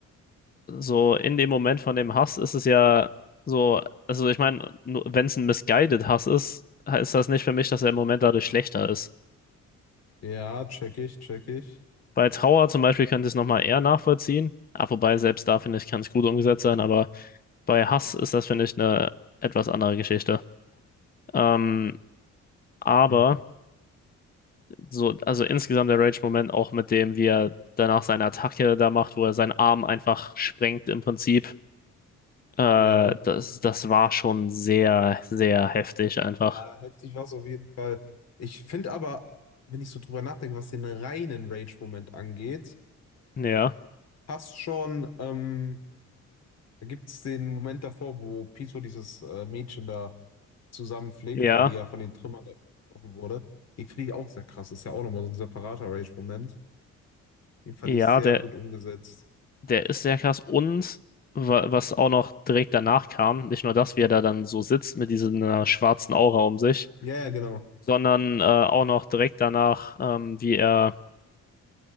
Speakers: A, on the left; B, on the left.
A: so in dem Moment von dem Hass ist es ja so, also ich meine, wenn es ein misguided Hass ist, heißt das nicht für mich, dass der Moment dadurch schlechter ist.
B: Ja, check ich, check ich.
A: Bei Trauer zum Beispiel könnte ich es nochmal eher nachvollziehen. Ah, wobei, selbst da finde ich, kann es gut umgesetzt sein, aber bei Hass ist das, finde ich, eine etwas andere Geschichte. Ähm, aber
B: Hm.
A: so, also insgesamt der Rage-Moment auch mit dem, wie er danach seine Attacke da macht, wo er seinen Arm einfach sprengt im Prinzip Äh,
B: Ja.
A: das, das war schon sehr, sehr heftig einfach.
B: Ja, heftig war es auf jeden Fall. Ich finde aber, wenn ich so drüber nachdenke, was den reinen Rage-Moment angeht,
A: Ja,
B: passt schon, ähm, da gibt es den Moment davor, wo Pito dieses äh, Mädchen da zusammenfliegt,
A: ja,
B: weil die ja von den Trümmern da getroffen wurde. Den finde ich auch sehr krass. ist ja auch nochmal so ein separater Rage-Moment. Den fand
A: ja,
B: ich sehr
A: der,
B: gut umgesetzt.
A: der ist sehr krass. Und wa- was auch noch direkt danach kam, nicht nur das, wie er da dann so sitzt mit dieser schwarzen Aura um sich,
B: Ja, ja, genau.
A: sondern äh, auch noch direkt danach, ähm, wie er,